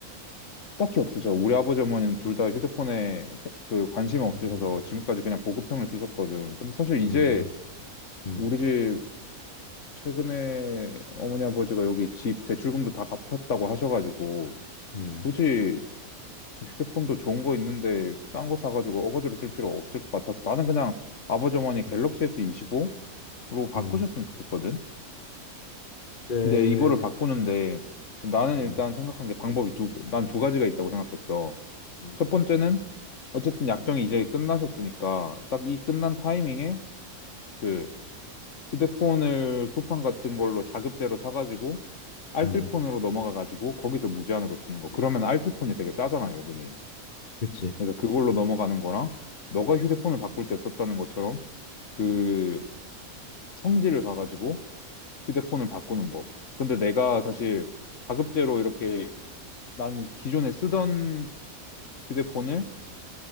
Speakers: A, on the left; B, on the left.
A: 딱히 없으셔. 우리 아버지 어머니는 둘 다 휴대폰에 세- 그 관심이
B: 음,
A: 없으셔서 지금까지 그냥 보급형을 쓰셨거든. 근데 사실 이제
B: 음, 음,
A: 우리 집 최근에 어머니 아버지가 여기 집 대출금도 다 갚았다고 하셔가지고
B: 음,
A: 굳이 휴대폰도 좋은 거 있는데 싼 거 사가지고 어거지로 쓸 필요 없을 것 같아서 나는 그냥 아버지 어머니
B: 음.
A: 갤럭시 S25로 바꾸셨으면
B: 음.
A: 좋겠거든.
B: 이제,
A: 근데 이거를 바꾸는데 나는
B: 음,
A: 일단 생각한 게 방법이 두, 난 두 가지가 있다고 생각했어.
B: 음,
A: 첫 번째는 어쨌든 약정이 이제 끝나셨으니까 딱 이 끝난 타이밍에 그 휴대폰을 쿠팡 같은 걸로 자급제로 사가지고 알뜰폰으로
B: 음,
A: 넘어가가지고 거기서 무제한으로 쓰는 거. 그러면 알뜰폰이 되게 싸잖아, 요금이.
B: 그치.
A: 그래서 그걸로 넘어가는 거랑 너가 휴대폰을 바꿀 때 썼다는 것처럼 그 성질을 가가지고 휴대폰을 바꾸는 법. 근데 내가 사실 자급제로 이렇게 난 기존에 쓰던 휴대폰을